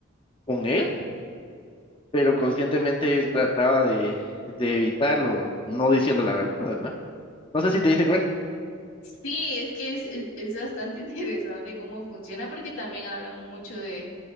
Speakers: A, on the left (about 25°); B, on the left (about 85°).
A: con él, pero conscientemente él trataba de, de evitarlo, no diciendo la verdad, ¿verdad? No sé si te diste cuenta.
B: Sí, es que es, es, es bastante <laughs> interesante cómo funciona, porque también hablan mucho de,